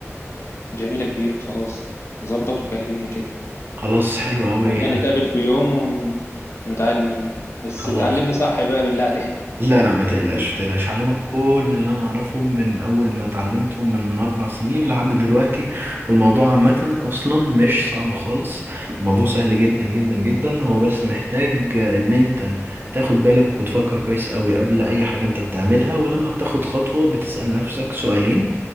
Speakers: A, on the left (about 60°); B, on the right (about 45°).
A: جميلة كبير خلاص ظبط وكلمني كده
B: خلاص حلو أوي
A: نبقى نتقابل في يوم ون... ونتعلم ال... بس
B: خلاص
A: تعلمني صح بقى بالله عليك
B: لا لا ما تقلقش ما تقلقش هعلمك كل اللي انا اعرفه من اول ما اتعلمته من اربع سنين لحد دلوقتي والموضوع عامة اصلا مش صعب خالص الموضوع سهل جدا جدا جدا هو بس محتاج ان انت تاخد بالك وتفكر كويس قوي قبل اي حاجة انت بتعملها ولما بتاخد خطوة بتسأل نفسك سؤالين